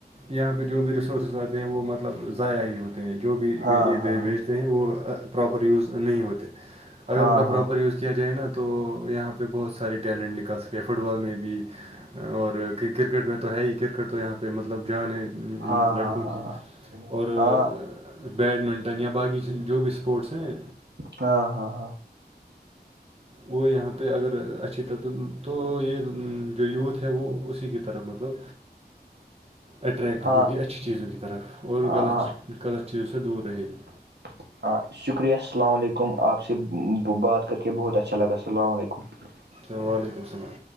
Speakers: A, on the right; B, on the right.
A: یہاں پہ جو بھی ریسورسز والے ہیں وہ مطلب ضائع ہی ہوتے ہیں جو بھی
B: ہاں
A: یہ بھیجتے
B: ہاں
A: ہیں وہ پراپر یوز نہیں ہوتے اگر
B: ہاں
A: ان کا پراپر یوز کیا جائے نا تو یہاں پہ بہت سارے ٹیلنٹ نکال سکے فٹ بال میں بھی اور کرکٹ میں تو ہے ہی کرکٹ تو یہاں پہ پہ مطلب جان ہے
B: ہاں
A: لڑکوں
B: ہاں ہاں ہاں
A: کی اور
B: ہاں
A: بیڈمنٹن ن یا باقی جو بھی اسپورٹس ہیں
B: ہاں ہاں
A: وہ یہاں پہ اگر اچھی تر تو یہ جو یوتھ ہے وہ اسی کی طرف مطلب اٹریکٹ
B: ہاں
A: ہوگی اچھی چیزوں کی طرف اور
B: ہاں
A: غلط
B: ہاں
A: غلط چیزوں سے دور رہے گی
B: <inaudible> السلام علیکم اپ سب بات کر کے بہت اچھا لگا السلام علیکم
A: ا و علیکم السلام